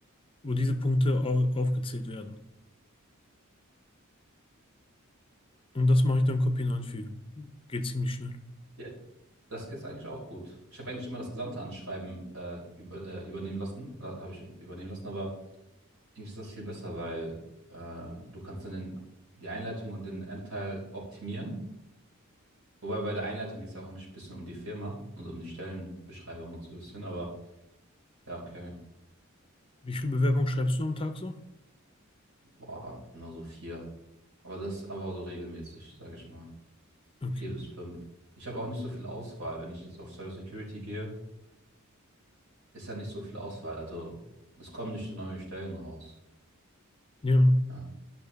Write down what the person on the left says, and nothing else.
wo diese Punkte au- aufgezählt werden. Und das mache ich dann kopieren und einfügen. Geht ziemlich schnell.
Wie viele Bewerbungen schreibst du am Tag so?
Okay.
Ja.